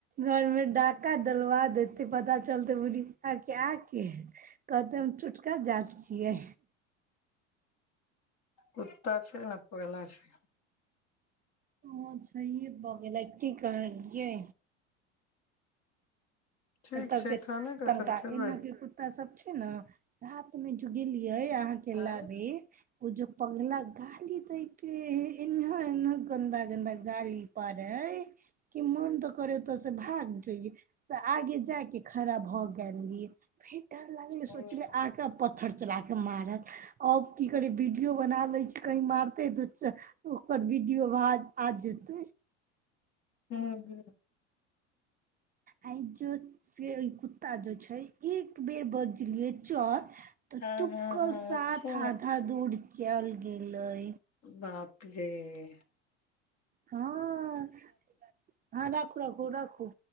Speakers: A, on the right; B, on the left.
A: घर मे डाका डलवा देते पता चलते बुढ़ी आ के कहते चुटका जाच छियै।
B: कुत्ता छै ने पगला छै।
A: ओच्छा य बऽ गेल की करियै
B: ठीक
A: एत
B: छै
A: के
B: खाना कखन
A: तना
B: खेबै
A: एना के कुत्ता सब छै ने राथ मे जो गेलियै अहाँके
B: आँय
A: लाबे ओ जेो पगला गाली दैत रहेे एना एना गन्दा गन्दा गाली पर हे कि मोन तऽ करे ओतऽ से भाग जोये आगे जायके खड़ा भऽ गेल री। फेर डर लागलै
B: हूँ
A: सोचलीै आके पत्थर चला के मारत। आब की करे वीडियो बना ले छै कही मारते तो ओकर वीडियो भा आ जत।
B: ह्म ह।
A: आइ जो से कुत्ता जो छै एक बेर बजलियै चर तऽ
B: हँ
A: चुपकल
B: हँ हँ
A: साथ
B: अच्छा
A: आधा दूड़ चल। गेलै।
B: बापरे
A: हँ हँ रखु रखु रखु।